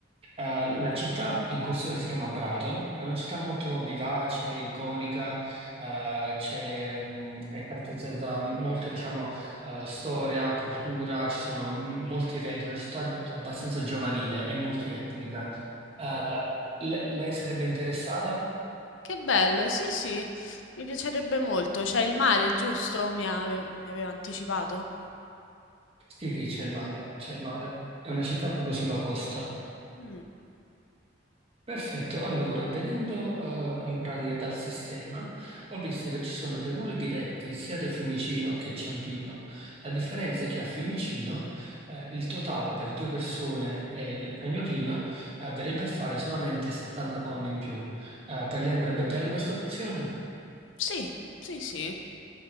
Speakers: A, on the right; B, on the left.
A: Eh, l- la città in questione si chiama Brighton, è una città molto vivace, iconica, eh, c'è, mh, è caratterizzata da molta, diciamo, eh, storia, cultura, ci sono mh, molti eventi, è una città abbastanza
B: Mm.
A: giovanile e multietnica. Eh, le- lei sarebbe interessata?
B: Che bello, sì, sì, mi piacerebbe molto. C'è il mare, giusto? Mi ave- mi aveva anticipato?
A: Sì, sì, c'è il mare, c'è il mare. È una città proprio sulla costa.
B: Mm,
A: Perfetto, allora, vedendo eh, in pratica dal sistema, ho visto che ci sono dei voli diretti sia da Fiumicino che Ciampino. La differenza è che a Fiumicino eh, il totale per due persone e il cagnolino eh, verrebbe a fare solamente 70 pound in più. Eh, per lei andrebbe bene questa opzione?
B: Sì, sì, sì.